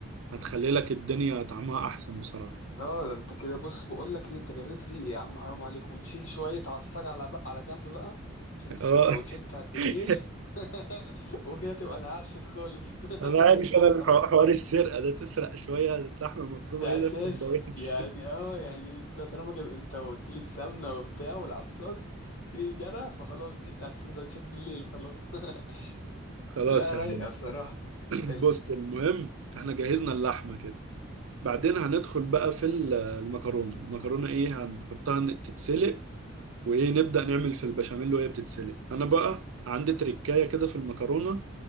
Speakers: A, on the right; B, on the left.
A: هتخلي لك الدنيا طعمها احسن بصراحة
B: اه ده انت كده بص بقول لك ايه انت جريت ريقي يا عم حرام عليك ونشيل شويه عصاج على بق- على جنب بقى عشان السندوتشات
A: اه
B: بتاعت بالليل
A: <laughs>
B: <laughs> وكده تبقى اتعشت خالص <laughs>
A: انا عارف انا الح-
B: بصراحه
A: حوار السرقه ده تسرق شويه لحمه مفرومه
B: ده
A: كده
B: اساسي
A: في سندوتش
B: يعني اه يعني انت طالما جايب انت قلت لي السمنه وبتاع والعصاج ايه جرى فخلاص دي بتاعت السندوتشات بالليل خلاص
A: <laughs>
B: <laughs>
A: خلاص
B: لا
A: يعني
B: رايقه بصراحه
A: <clears throat>
B: حلو
A: بص المهم احنا جهزنا اللحمة كده بعدين هندخل بقى في ال- المكرونة المكرونة ايه هنحطها تتسلق وايه نبدأ نعمل في البشاميل وهي بتتسلق انا بقى عندي تركاية كده في المكرونة